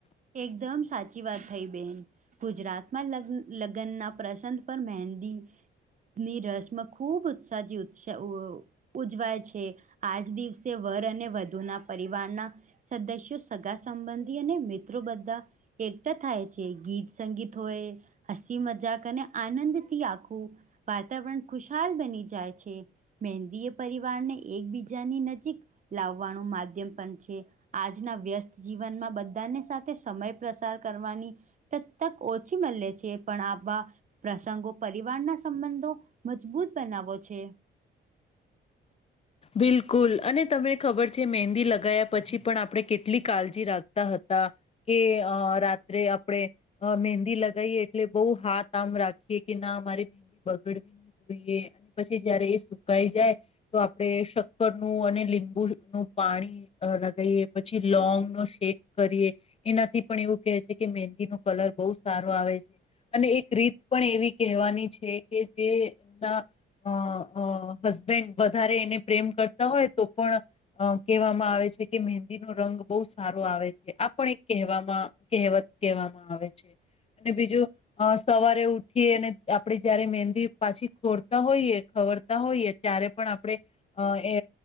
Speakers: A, on the right (about 40°); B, on the left (about 30°).
A: એકદમ સાચી વાત થઈ બેન. ગુજરાતમાં લગ લગ્નના પ્રસંગ પર મહેંદી. ની રસમ ખૂબ ઉત્સાહ <unintelligible> ઉજવાય છે, આજ દિવસે વર અને વધુના પરિવારના. સદસ્યો સગા સંબંધી અને મિત્રો બધા. એકટા થાય છે, ગીત સંગીત હોય. હસી મજાક અને આનંદથી આખું વાતાવરણ ખુશાલ બની જાય છે. મંદી એ પરિવારને એકબીજાની નજીક. લાવવાનું માધ્યમ પણ છે, આજના વ્યસ્ત જીવનમાં બધાની સાથે સમય <unintelligible> <unintelligible> કરવાની <unintelligible> ઓછી મળે છે, પણ આ પ્રસંગો પરિવારના સંબંધો મજબૂત બનાવો છે.
B: બિલકુલ અને તમને ખબર છે, મહેંદી લગાયા પછી પણ આપણે કેટલી <unintelligible> રાખતા હતા. કે અ રાત્રે આપણેે. અ મહેંદી લગીએ એટલે <unintelligible> હાથ આમ રાખીએ કે ના અમારે <unintelligible> ઈ અને પછી જયારે એ સુકાઈ જાય. <unintelligible> શક્કર નું અને લીંબુ નું પાણી. અ લગીએ પછી લોંગ નો શેક કરીએ. એનાથી પણ એવું કહે છે, કે મહેંદી ન કલર બહુ સારો આવે છે. અને એક રીત પણ એવી કહેવાની છે, કે જે <unintelligible> અ હસબેન્ડ વધારે એને પ્રેમ કરતા હોય તો પણ. અ કહેવામાં આવે છે, કે મહેંદી નો રંગ બહુ સારો આવે છે, આ પણ એક કહેવામાં <unintelligible> કહેવામાં આવે છે, અને બીજું. અ સવારે ઉઠી અને આપડે જયારે મહેંદી પાછી ખોરતા હોઈએ ખબર. હોઈએ ત્યારે પણ આપ. આપણે એ